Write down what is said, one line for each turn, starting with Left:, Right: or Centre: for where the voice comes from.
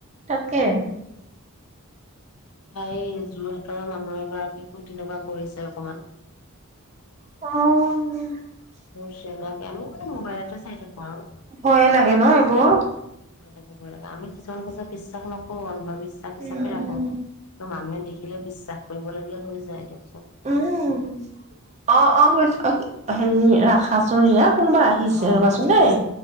Right: তাকে
Left: এ এই যোৰহাটৰৰ মানুহ এগৰাকীকো তেনেকুৱা কৰিছে অকমান
Right: অহ
Left: চিনাকি আমি বাৰু মোবাইলতে চাই থাকো আৰু
Right: ভয়ে লাগে ন এইবোৰ?
Left: ভয় লাগে ভয় লাগে, আমি কিছুমান কথা বিশ্বাস নকৰো অন্ধবিশ্বাস হিচাপে
Right: উম,
Left: ৰাখো
Right: উম,
Left: ত মানুহে দেখে থাকিলে বিশ্বাস কৰিবলগীয়া হৈ যায়টো
Right: উম অ অ বছ আহ <unintelligible> ৰাখা চোন ৰিয়া কোনোবা আহিছে
Left: হ'ব
Right: ৰ'বাচোন
Left: হ'ব ঠিক
Right: দেই
Left: আছে।